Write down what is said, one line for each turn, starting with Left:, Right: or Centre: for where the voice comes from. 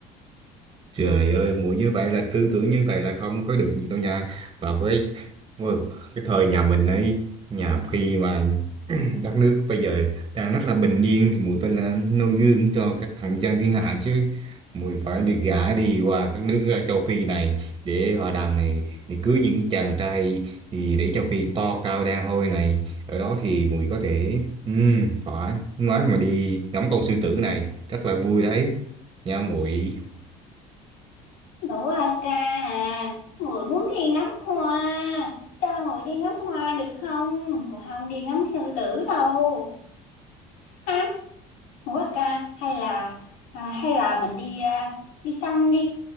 Right: Trời ơi, mũi như vậy là tư tưởng như vậy là không có được đâu nha. Và với, với cái thời nhà mình ấy, nhà khi mà <clears throat> đất nước bây giờ đang rất là bình yên thì muội phải là noi gương cho các thằng dân thiên hạ chứ muội phải được gả đi qua các nước ờ, châu Phi này để hòa đàm này để cưới những chàng trai thì để châu Phi to cao đen hôi này ở đó thì muội có thể ừm, phải nói mà đi ngắm con sư tử này rất là vui đấy nha muội
Left: Nữ à ca à, người muốn đi ngắm hoa, cho người đi ngắm hoa được không? Người không đi ngắm sư tử đâu. À, nữ à ca, hay là à, hay là mình đi à, đi săn đi.